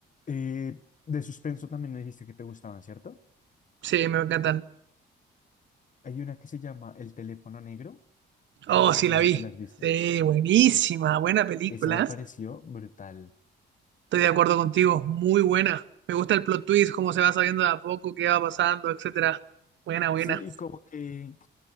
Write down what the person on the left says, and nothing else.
Eh, de suspenso también me dijiste que te gustaban, ¿cierto?
Hay una que se llama El teléfono negro.
No sé
si
esa
te la has visto.
Esa me pareció brutal.
Sí, y como que,